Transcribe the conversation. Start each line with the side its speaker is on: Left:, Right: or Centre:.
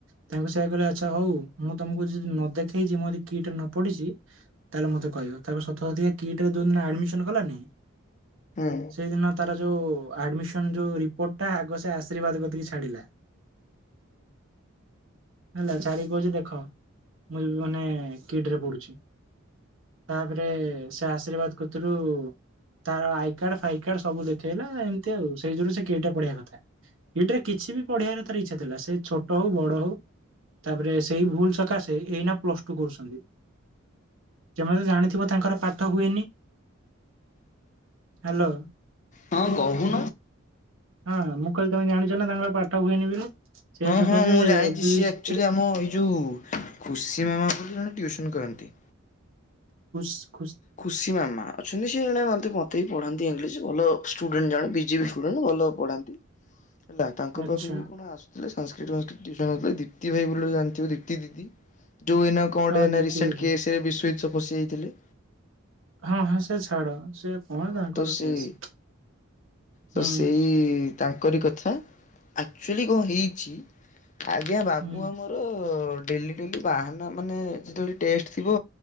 Right: ତାଙ୍କୁ ସେଆ କହିଲେ ଆଚ୍ଛା ହଉ। ମୁଁ ତମକୁ ଯଦି ନ ଦେଖେଇଛି ମୁଁ ଯଦି କିଟରେ ନ ପଢିଛି ତାହେଲେ ମୋତେ କହିବ ତା ସତ କିଟରେ- ଯୋଉ ଦିନ ଆଡ଼ମିଶନ କଲାନି
Left: ହୁଁ
Right: ସେଇ ଦିନ- ତାର ଯୋଉ ଆଡମିଶନ୍ ଯୋଉ ରିପୋଟ ଟା ଆଗ ଆଶୀର୍ବାଦି କତିକୀ ଛାଡ଼ିବେ। ହେଲା ଚାରି କହୁଛି ଦେଖ। ମୁଁ ମାନେ କିଟରେ ପଢ଼ୁଛି। ତାପରେ ସେ ଆଶୀର୍ବାଦ କତିରୁ - ତାର ଆଇ କାର୍ଡ ଫାଇ କାର୍ଡ ସବୁ ଦେଖେଇଲା ଏମିତି ଆଉ। ସେଇ ଯୋଗୁ ସେ କିଟ୍ ରେ ପଢିବା କଥା। କିଟରେ କିଛି ବି ପଢେଇବାର ତାର ଇଚ୍ଛା ଥିଲା। ସେ ଛୋଟ ହଉ ବଡ ହଉ ତାପରେ- ସେଇ ଭୁଲ ସକାଶେ ଏଇ ନା ପ୍ଲସ୍ ଟୁ କରୁଛନ୍ତି। ତୁମେ ତ ଜାଣିଥିବ ତାଙ୍କର ପାଠ ହୁଏନି। ହ୍ୟାଲୋ
Left: ହଁ କହୁନୁ।
Right: ହଁ ମୁଁ କହିଲି ତମେ ଜାଣିଛ ନା ତାଙ୍କର ପାଠ ହୁଏନି ବୋଲି। ସେଇ
Left: ହଁ
Right: ସକାଶେ
Left: ହଁ ମୁଁ
Right: ଏବେ
Left: ଜାଣିଛି
Right: ବି
Left: ସିଏ ଆକ୍ଚୁଆଲି
Right: ସେ
Left: ଆମ ଏଇ ଯଉ ଖୁସି ମାମା ବୋଲି ଜଣେ ଟ୍ୟୁସନ କରନ୍ତି।
Right: ଖୁସି।
Left: ଖୁସି ମାମା ଅଛନ୍ତି ସେ ଜଣେ ମତେ ମୋତେ ବି ପଢାନ୍ତି ଇଂଲିଶ ଭଲ ଷ୍ଟୁଡେଣ୍ଟ ଜଣେ। ବିଜେପି ଷ୍ଟୁଡେଣ୍ଟ ଭଲ ପଢ଼ାନ୍ତି। ତା ତାଙ୍କ
Right: ଆଚ୍ଛା
Left: ପାଖକୁ କଣ ଆସୁ- ସାନସକ୍ରିଟ ମାଷ୍ଟର୍ ତିଉସନ ହଉଥିଲେ। ଦିପ୍ତି ଭାଇ ବୋଲି ଜଣିଥିବ ଦିପ୍ତି ଦିଦି। ଯୋଉ ଏନା କଣଟେ
Right: ହଁ ଦିଦି
Left: ରିସେଣ୍ଟ
Right: ଦିଦି
Left: କେଶରେ ବିଶ୍ୱଜିତ୍ ଫସିଯାଇଥିଲେ।
Right: ହଁ ହଁ ସେ ଛାଡ। ସେ କଣ
Left: ହଁ
Right: ତାଙ୍କର
Left: ତ ସେ
Right: କେସ୍-
Left: ତ
Right: ହୁଁ
Left: ସେଇ ତାଙ୍କରି କଥା ଆକ୍ଚୁଆଲି କଣ ହେଇଛି। ଆଜ୍ଞା ବାବୁ
Right: ହୁଁ
Left: ଆମର- ଡେଲି ଡେଲି ବାହାନା ମାନେ ଯେତେବେଳେ ଟେଷ୍ଟ ଥିବ